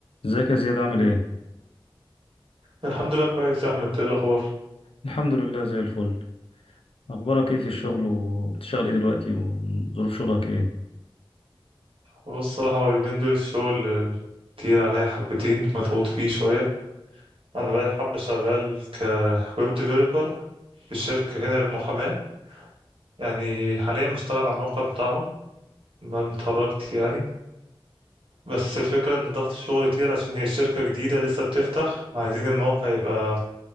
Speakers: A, on the left; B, on the right.
A: ازيك يا زياد عامل ايه؟
B: الحمد لله كويس يا احمد ايه الاخبار
A: الحمد لله زي الفل اخبارك ايه في الشغل وبتشتغل ايه دلوقتي وظروف شغلك ايه؟
B: بص الصراحه هو اليومين دول الشغل آه، تقيل عليا حبتين مضغوط فيه شويه انا بقى حبه شغال كويب ديفلوبر في شركه هنا المحاماه يعني حاليا بشتغل على الموقع بتاعهم بعد ما اتخرجت يعني بس الفكره ان ضغط الشغل كتير عشان هي الشركه جديده لسه بتفتح وعايزين الموقع يبقى